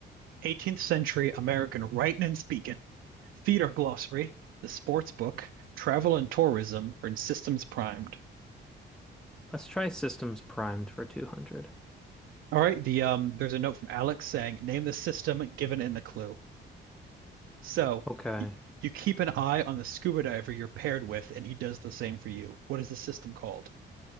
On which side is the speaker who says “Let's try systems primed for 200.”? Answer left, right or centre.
Centre